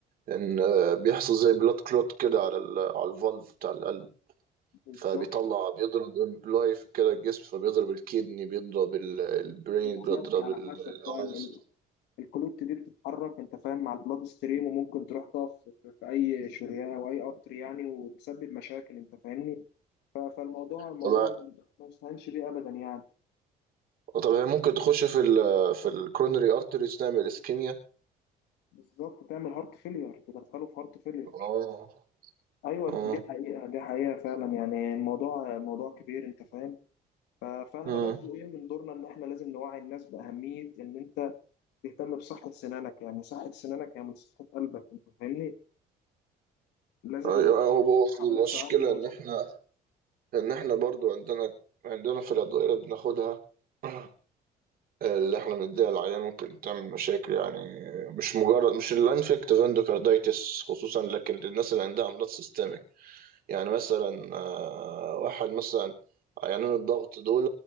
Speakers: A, on the right (about 60°); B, on the left (about 85°).
A: ان بيحصل زي بلاد كلوت كده على ال... على الفالف بتاع القلب
B: بالظبط
A: فبيطلع بيضرب امبلايف كده الجسم فبيضرب الكدني بيضرب ال- البرين
B: بالظبط
A: بيضرب
B: على
A: ال-
B: حسب
A: الايز
B: بقى الكلوت دي بتتحرك انت فاهم مع البلاد ستريم وممكن تروح تقف في في اي شريان او اي ارتري يعني وتسبب مشاكل انت فاهمني ف- فالموضوع الموضوع
A: طب
B: ما يستهانش بيه ابدا يعني
A: طب هي ممكن تخش في ال في الكورونري ارتريز تعمل اسكيميا
B: بالظبط تعمل هارت فيلير تدخله في هارت فيلير
A: اه
B: ايوه
A: اه
B: دي حقيقه دي حقيقه فعلا يعني الموضوع موضوع كبير انت فاهم فاحنا
A: مم.
B: برضو ايه من دورنا ان احنا لازم نوعي الناس باهميه ان انت تهتم بصحه سنانك يعني صحه سنانك هي من صحه قلبك انت فاهمني لازم
A: هو هو
B: في حاولات
A: المشكلة
B: تعالج الموضوع
A: إن إحنا لأن إحنا برضو عندنا عندنا في الأدوية اللي بناخدها <coughs> <clears throat> اللي إحنا بنديها للعيان ممكن تعمل مشاكل يعني مش مجرد مش الانفكتيف اندوكاردايتس خصوصا لكن للناس اللي عندها أمراض سيستميك يعني مثلا آه، واحد مثلا عيانين الضغط دول